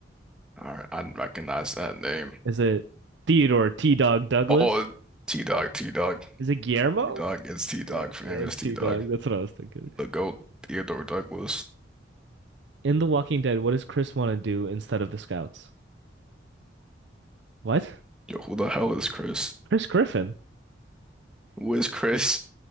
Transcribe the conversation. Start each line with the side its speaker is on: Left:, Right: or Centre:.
Centre: All right, I recognize that name.
Right: Is it Theodore T. Dog Douglas?
Centre: Oh, T-Dog, T-Dog,
Right: Is it Guillermo?
Centre: T-Dog. It's T-Dog, famous
Right: Yeah, it's
Centre: T-Dog.
Right: T. Dog. That's what I was thinking.
Centre: The GOAT, Theodore Douglas.
Right: In The Walking Dead, what does Chris want to do instead of the scouts? What?
Centre: Yo, who the hell is Chris?
Right: Chris Griffin. <laughs>
Centre: Who is Chris?